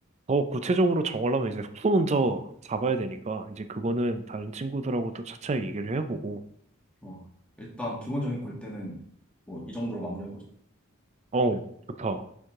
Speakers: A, on the right; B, in the centre.
A: 더 구체적으로 정하려면 이제 숙소 먼저 잡아야 되니까, 이제 그거는
B: 음,
A: 다른 친구들하고 또 차차 얘기를 해보고.
B: 좋아. 일단 기본적인 골대는 뭐 이 정도로 마무리해보자.
A: 어, 좋다.